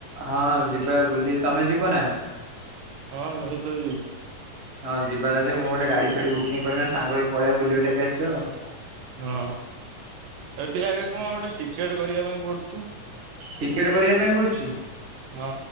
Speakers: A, on the right; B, on the right.
A: ହଁ ଯିବା ବୁଲି ତମେ ଯିବ ନା।
B: ହଁ ମୁଁ ତ ଯିବି।
A: ହଁ ଯିବା ଯଦି, ମୁଁ ଗୋଟେ ଗାଡି ଫାଡି ବୁକିଂ କରିବି ସାଙ୍ଗ ହେଇକି ପଳେଇବା ବୁଲି ବୁଲାକି ଆସିବ ଆଉ।
B: ହଁ ଏ ଟିକେ ଆଗେ କଣ ଗୋଟେ ଟିକେଟ କରିବା ପାଇଁ ପଡୁଚି।
A: ଟିକେଟ କରିବା ପାଇଁ ପଡୁଛି?
B: ହଁ